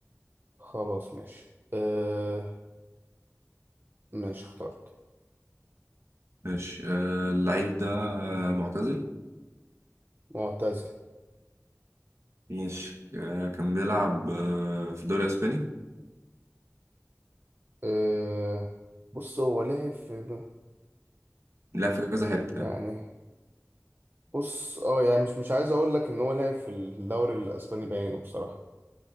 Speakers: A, on the right; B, on the right.
A: خلاص ماشي أه... ماشي اخترت
B: ماشي آه اللعيب ده آه، معتزل
A: معتزل
B: ماشي آه، كان بيلعب آه، في الدوري الاسباني
A: أه... بص هو لعب في
B: لا في كذا حته
A: يعني
B: يعني.
A: بص اه يعني مش مش عايز اقول لك ان هو لعب في الدوري الاسباني باينه بصراحه